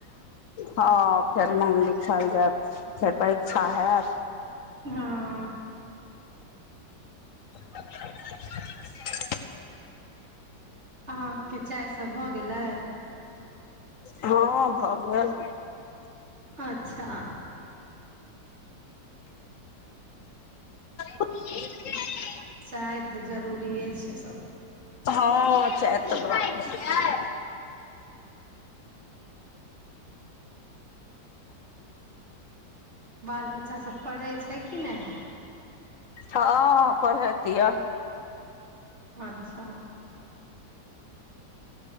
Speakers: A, on the left (about 65°); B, on the right (about 40°).
A: हँ फेर नाम लिखायल जायत फेर परीक्षा हैत
B: हँ
A: <inaudible>
B: अहाँकेँ चाय सब भऽ गेलै
A: हँ भऽ गेल
B: अच्छा
A: <inaudible>
B: चाय तऽ जरूरिये छै सभकेँ
A: हँ चाच तऽ भऽ गेलै
B: बाल बच्चा सब पढ़ै छै कि नहि
A: हँ पढ़ैत य
B: अच्छा